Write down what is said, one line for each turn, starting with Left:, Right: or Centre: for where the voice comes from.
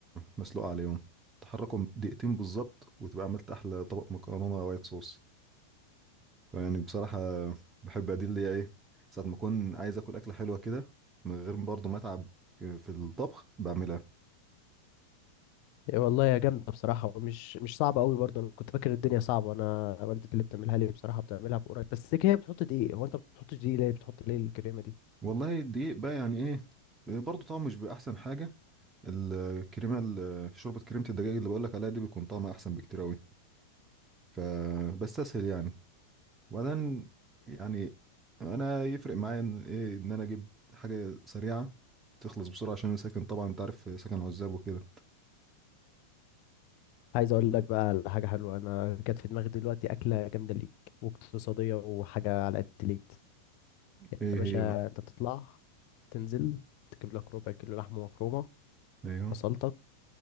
Right: المسلوقه عليهم تحركهم دقيقتين بالظبط وتبقى عملت احلى طبق مكرونه وايت صوص يعني بصراحه بحب ادي اللي هي ايه ساعه ما اكون عايز اكل اكله حلوه كده من غير برضه ما اتعب في الطبخ بعملها
Left: يا والله يا جامدة بصراحة ومش مش صعبة قوي برضه أنا كنت فاكر الدنيا صعبة أنا والدتي اللي بتعملها لي بصراحة بتعملها بقريب بس هي بتحط دقيق هو أنت ما بتحطش دقيق ليه بتحط ليه الكريمة دي
Right: والله الدقيق بقى يعني ايه برضه طعمه مش بيبقى احسن حاجه الكريمه ال- شوربه كريمه الدجاج اللي بقول لك عليها دي بيكون طعمها احسن بكتير قوي فبستسهل يعني وبعدين يعني انا يفرق معايا ان ايه ان انا اجيب حاجه سريعه تخلص بسرعه عشان انا ساكن طبعا انت عارف ساكن عزاب وكده
Left: عايز أقول لك بقى على حاجة حلوة أنا جت في دماغي دلوقتي أكلة جامدة ليك واقتصادية وحاجة على قد ليك
Right: ايه
Left: يا باشا
Right: هي بقى
Left: أنت تطلع تنزل تجيب لك ربع كيلو لحمة مفرومة
Right: ايوه
Left: بصلتك